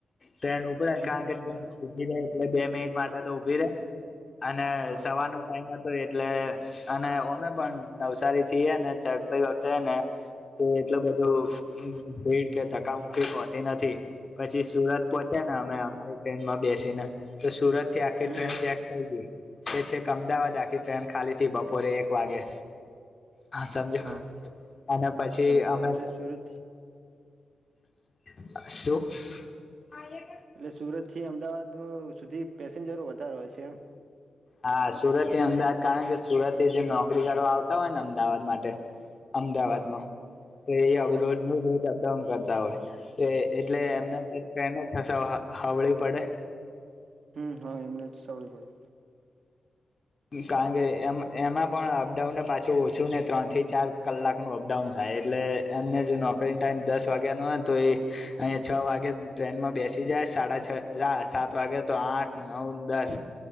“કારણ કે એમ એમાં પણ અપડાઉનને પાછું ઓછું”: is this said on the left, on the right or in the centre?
Left